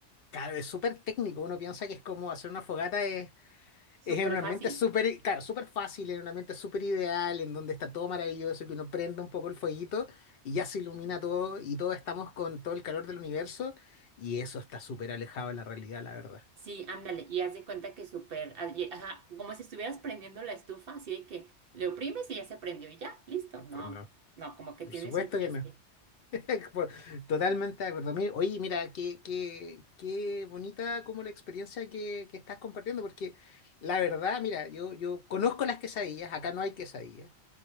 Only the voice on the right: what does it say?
Súper
fácil.
Sí, ándale, y haz de cuenta que súper, ah, y- ajá, como si estuvieras prendiendo la estufa, así de que le oprimes y ya se prendió y ya, listo.
No,
no, como que
tiene
su chiste.